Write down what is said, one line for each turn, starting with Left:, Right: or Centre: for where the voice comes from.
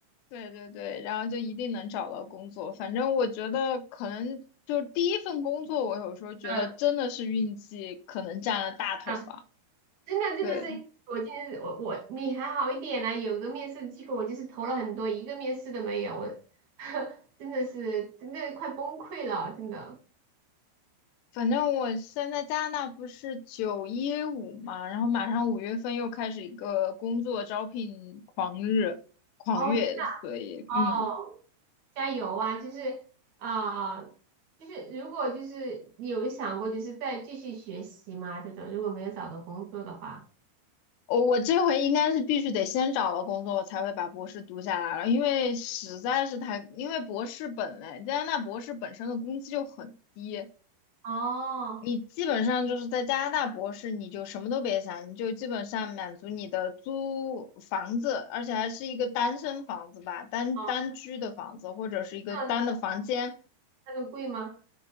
Left: 对对对，然后就一定能找到工作。反正我觉得可能就是第一份工作，我有时候觉得真的是运气可能占了大头吧。
Right: 嗯，嗯，真的真的是，
Left: 对，
Right: 我今天是我我你还好一点啦、有个面试的机会，我就是投了很多，一个面试都没有，我 <laughs> 真的是真的快崩溃了，真的。
Left: 反正我现在加拿大不是九一五嘛，然后马上五月份又开始一个工作招聘狂日狂月，
Right: 哦真
Left: 所以嗯，
Right: 哦，加油啊！就是啊、就是如果就是你有想过就是再继续学习吗？这种如果没有找到工作的话，
Left: 我我这回应该是必须得先找到工作，我才会把博士读下来了，因为实在是太，因为博士本来加拿大博士本身的工资就很低。
Right: 哦
Left: 你基本上就是在加拿大博士，你就什么都别想，你就基本上满足你的租房子，而且还是一个单身房子吧，单单居的房子，
Right: 哦，
Left: 或者是一个单的房间，
Right: 这样。子那个贵吗？